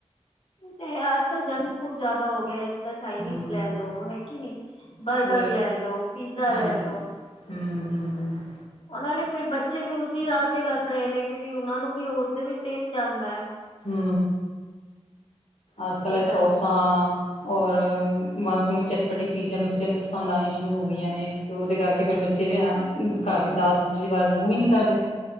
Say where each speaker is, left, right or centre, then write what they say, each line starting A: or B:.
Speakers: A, on the left; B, on the left.
A: ਉਹ ਤਾਂ ਹੈ, ਅੱਜ-ਕੱਲ ਜੰਕ ਫੂਡ ਜ਼ਿਆਦਾ ਹੋ ਗਿਆ। ਚਾਈਨੀਜ਼
B: ਹੂੰ
A: ਲੈਲੋ ਹੈਗੀ ਨੀ, ਬਰਗਰ
B: ਉਹੀ
A: ਲੈ ਲੋ ਪੀਜ਼ਾ
B: ਹਾਂਜੀ
A: ਲੈਲੋ
B: ਹੂੰ-ਹੂੰ-ਹੂੰ,
A: ਉਹਨਾਂ ਲਈ ਫਿਰ ਬੱਚੇ ਵੀ ਉਸਸੀ ਰਾਹ ਤੇ ਲੱਗ ਗਏ, ਨੇ ਕਿਉਂਕਿ ਉਹਨਾ ਨੂੰ ਵੀ ਉਸਦੇ ਵਿੱਚ ਟੈਸਟ ਜਾਂਦਾ ਹੈ।
B: ਹੂੰ, ਅੱਜ-ਕੱਲ
A: ਇਹ
B: ਸੌਸਾ
A: ਗੱਲ ਹੈ
B: ਔਰ ਵੰ ਸੋਣੀ ਚਟਪਟੀ ਚੀਜ਼ਾਂ ਬੱਚਿਆਂ ਨੂੰ ਪਸੰਦ ਆਣੀ ਸ਼ੁਰੂ ਹੋ ਗਈਆਂ, ਨੇ ਤੇ ਉਹਦੇ ਕਰਕੇ ਫੇਰ ਬੱਚੇ ਘਰ ਦੀ ਦਾਲ ਸਬਜ਼ੀ ਦੇ ਬਾਰੇ ਮੂੰਹ ਹੀ ਨੀ ਕਰਦੇ